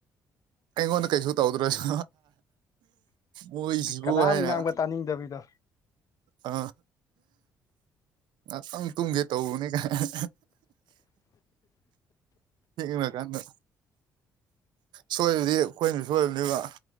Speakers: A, on the right (about 70°); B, on the left (about 45°).
A: ꯑꯩꯉꯣꯟꯗ ꯀꯩꯁꯨ ꯇꯧꯗ꯭ꯔꯁꯨ ꯃꯣꯏꯁꯤꯕꯨ
B: ꯀꯅꯥꯝ
A: ꯍꯥꯏꯅ
B: ꯉꯥꯡꯕ ꯇꯥꯅꯤꯡꯗꯕꯤꯗꯣ
A: ꯑ ꯉꯥꯛꯇꯪ ꯇꯨꯝꯒꯦ ꯇꯧꯕꯅꯦ ꯀꯥꯏ ꯍ ꯀꯗ ꯁꯣꯏꯕꯗꯤ ꯑꯩꯈꯣꯏꯅ ꯁꯣꯏꯕꯅꯦꯕ